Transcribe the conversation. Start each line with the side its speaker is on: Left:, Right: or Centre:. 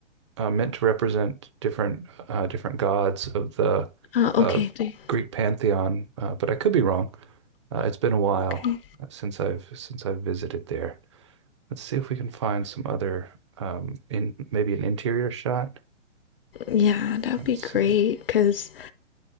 Right: uh, meant to represent different uh, different gods of the
Left: Uh,
Right: uh,
Left: okay, they,
Right: Greek pantheon, uh, but I could be wrong. Uh, it's been a while
Left: okay.
Right: uh, since I've since I've visited there. Let's see if we can find some other um, in maybe an interior shot.
Left: Yeah, that'd
Right: Let's
Left: be great
Right: see.
Left: because